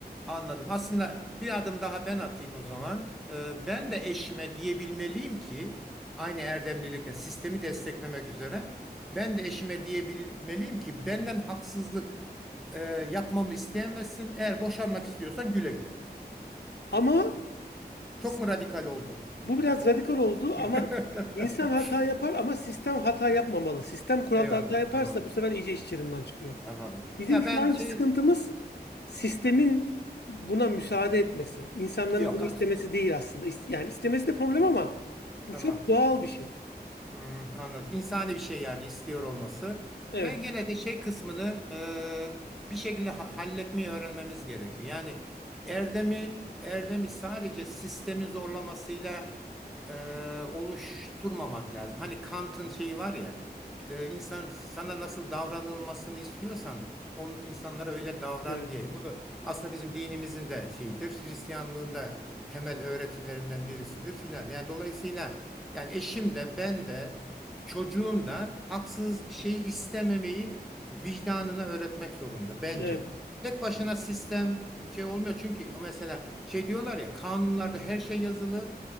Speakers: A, in the centre; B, on the left (about 80°).
A: anladım. Aslında bir adım daha ben atayım o zaman. Ee, ben de eşime diyebilmeliyim ki aynı erdemlilikle sistemi desteklemek üzere ben de eşime diyebilmeliyim ki benden haksızlık e, yapmamı isteyemezsin. Eğer boşanmak istiyorsan güle güle.
B: Ama
A: Çok
B: s-
A: mu radikal oldun?
B: bu biraz radikal oldu ama
A: <laughs>
B: insan hata yapar ama sistem hata yapmamalı. Sistem kuralda
A: Eyvallah.
B: hata yaparsa
A: Tamam.
B: bu sefer iyice iş çığırından çıkıyor.
A: Tamam.
B: Bizim
A: Ya
B: şu
A: ben
B: anki
A: şey
B: sıkıntımız sistemin buna müsaade etmesi. İnsanların
A: yok.
B: bunu
A: kat-
B: istemesi değil aslında. İs- Yani istemesi de problem ama bu
A: Tamam.
B: çok doğal bir şey.
A: Hmm, anladım. İnsani bir şey yani istiyor olması.
B: Evet,
A: Ben gene de şey kısmını e, bir şekilde ha- halletmeyi öğrenmemiz gerekiyor. Yani erdemi erdemi sadece sistemin zorlamasıyla e, oluşturmamak lazım. Hani Kant'ın şeyi var ya e, insan sana nasıl davranılmasını istiyorsan onun insanlara öyle davran
B: evet,
A: diye. Bu da aslında bizim dinimizin de şeyidir. Hristiyanlığın da temel öğretilerinden birisidir filan. Yani dolayısıyla yani eşim de ben de çocuğum da haksız bir şey istememeyi vicdanına öğretmek zorunda bence.
B: evet.
A: Tek başına sistem şey olmuyor çünkü mesela şey diyorlar ya kanunlarda her şey yazılı